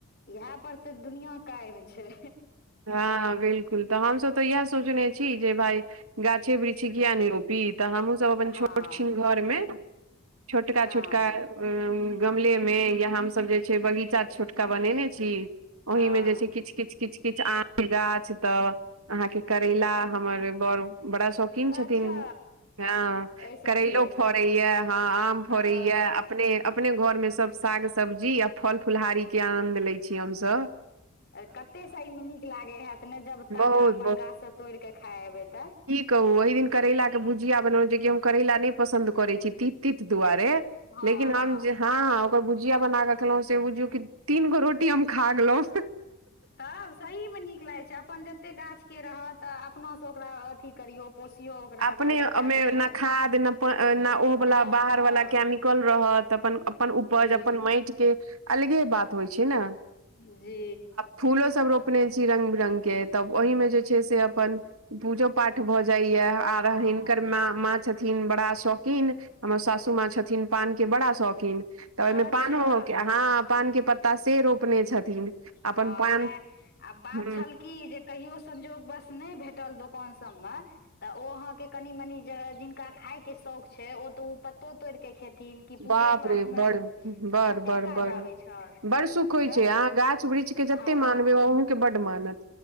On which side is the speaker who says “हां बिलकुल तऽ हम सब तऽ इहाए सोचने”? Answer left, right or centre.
Right